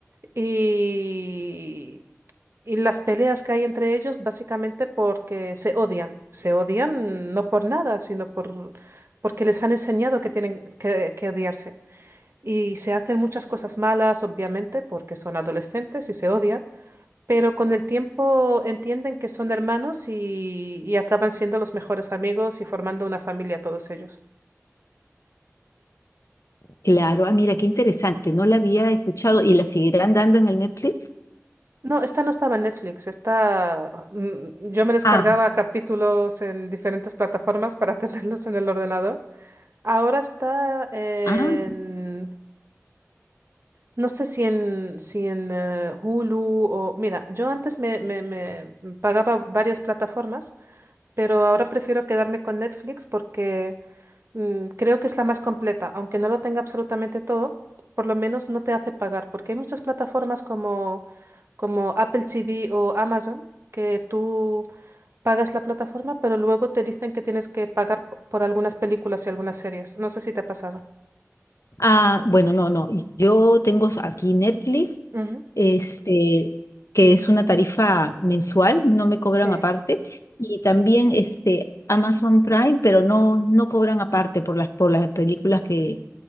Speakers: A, on the right; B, on the left.
A: Y y las peleas que hay entre ellos básicamente porque se odian. Se odian no por nada, sino por, porque les han enseñado que tienen que, que odiarse. Y se hacen muchas cosas malas, obviamente, porque son adolescentes y se odian, pero con el tiempo entienden que son hermanos y, y acaban siendo los mejores amigos y formando una familia todos ellos.
B: Claro, ah, mira, qué interesante, no la había escuchado y la seguirán dando en el Netflix.
A: No, esta no estaba en Netflix, esta mm, yo me descargaba
B: Ah,
A: capítulos en diferentes plataformas para <laughs> tenerlos en el ordenador. Ahora está en,
B: ah,
A: no sé si en, si en eh, Hulu o... Mira, yo antes me, me- me pagaba varias plataformas, pero ahora prefiero quedarme con Netflix porque mm, creo que es la más completa. Aunque no lo tenga absolutamente todo, por lo menos no te hace pagar, porque hay muchas plataformas como, como Apple TV o Amazon que tú pagas la plataforma, pero luego te dicen que tienes que pagar p- por algunas películas y algunas series. No sé si te ha pasado.
B: ah, bueno, no, no, yo tengo aquí Netflix
A: Ujú.
B: este, que es una tarifa mensual, no me cobran
A: Sí,
B: aparte, y también este, Amazon Prime, pero no, no cobran aparte por las, por las películas que,